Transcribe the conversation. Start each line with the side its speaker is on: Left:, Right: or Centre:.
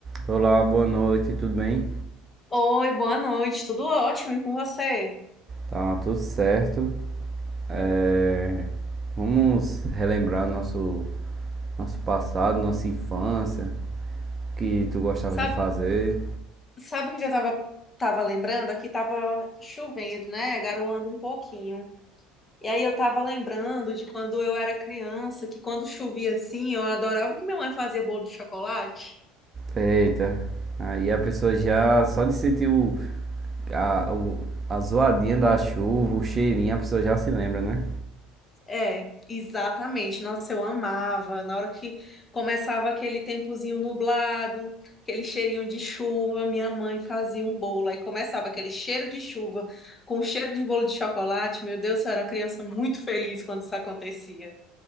Right: Olá, boa noite, tudo bem?
Left: Oi, boa noite, tudo ótimo e com você?
Right: Tá tudo certo. É, Vamos relembrar nosso, nosso passado, nossa infância, o que tu gostava
Left: Sabe,
Right: de fazer.
Left: sabe que já tava, tava lembrando? Aqui tava chovendo, né? Garoando um pouquinho. E aí eu tava lembrando de quando eu era criança, que quando chovia assim, eu adorava que minha mãe fazia bolo de chocolate.
Right: Eita, aí a pessoa já só de sentir o, a, o- a zoadinha da chuva, o cheirinho, a pessoa já se lembra, né?
Left: É, exatamente. Nossa, eu amava. Na hora que começava aquele tempozinho nublado, aquele cheirinho de chuva, minha mãe fazia um bolo. Aí começava aquele cheiro de chuva com cheiro de bolo de chocolate. Meu Deus, eu era uma criança muito feliz quando isso acontecia.